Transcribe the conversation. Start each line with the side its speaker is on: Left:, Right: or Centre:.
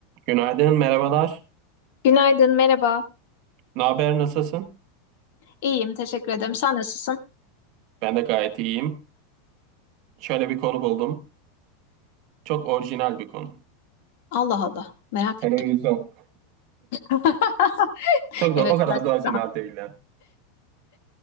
Right: Günaydın, merhabalar.
Left: Günaydın, merhaba.
Right: Ne haber, nasılsın?
Left: İyiyim, teşekkür ederim. Sen nasılsın?
Right: Ben de gayet iyiyim. Şöyle bir konu buldum. Çok orijinal bir konu.
Left: Allah Allah, merak
Right: Televizyon.
Left: ettim. <laughs>
Right: Çok da
Left: Evet,
Right: o kadar
Left: gerçekten.
Right: da orijinal değil yani.